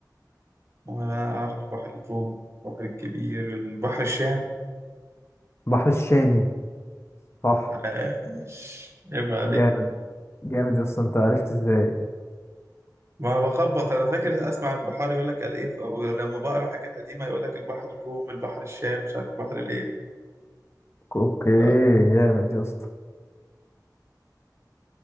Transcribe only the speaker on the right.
وأنا أعرف بحر الروم البحر الكبير البحر الشام
آه، عيب عليك
ما بخبط أنا فاكر أسمع البحار يقول لك قال إيه أو لما بقرا حاجات قديمة يقول لك البحر الروم البحر الشام مش عارف البحر الإيه
آه